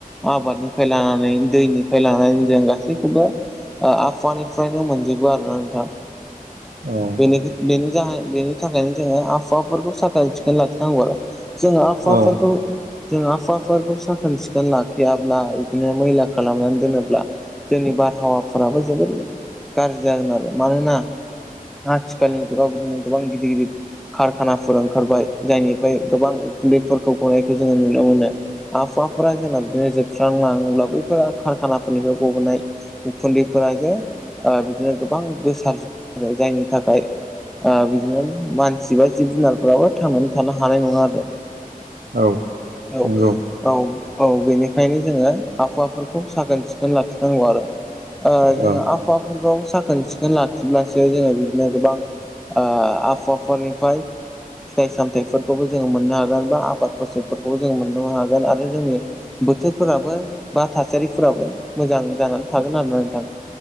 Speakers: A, in the centre; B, on the right.
A: आबादनिफ्राय लानानै दैनिफ्राय लानानै जों गासैखौबो आबहावानिफ्रायनो मोनजोबो आरोना नोंथाङा
B: औ
A: नि ज बेनि थाखायनो जोङो आबहावाफोरखौ साखोन सिखोन लाखिनांगौ आरो जोङो आफाफोरखौ
B: औ
A: जों आफाफोरखौ साखोन सिखोन लाखियाब्ला इदिनो मैला खालामनानै दोनोब्ला जोंनि बारहावाफोराबो जोबोर गाज्रि जागोन आरो मानोना आथिखालनि जुगाव बिदिनो गोबां गिदिर गिदिर कारखानाफोर ओंखारबाय जायनिफ्राय गोबां खुन्दैफोरखौ गनायखौ जोङो नुनो मोनो आबहावाफोरा जोंना बिदिनो जोबस्रांलाङोब्ला बैफोर खारखानाफोरनिफ्राय गबोनाय उखुन्दैफोरा जे बिदिनो गोबां गोसार ज आरो जायनि थाखाय बिदिनो मानसि बा जिब जुनारफ्राबो थांनानै थानो हानाय नङा आरो
B: औ
A: औ
B: नंगौ
A: औ औ बेनिखायनो जोङो आबहावाफोरखौ साखोन सिखोन लाखिनांगौ आरो ओ जोङो
B: औ
A: आफहाफोरखौ साखोन सिखोन लाखिब्लासो जोङो बि गोबां ओ आबहावाफोरनिफाय फिथाइ सामथायाइफोरखौबो जोङो मोननो हागोन बा आबाद फसलफोरखौबो जोङो मोननोनो हागोन आरो जोंनि बोथोरफोराबो बा थासारिफोराबो मोजां जानानै थागोन आरोना नोंथां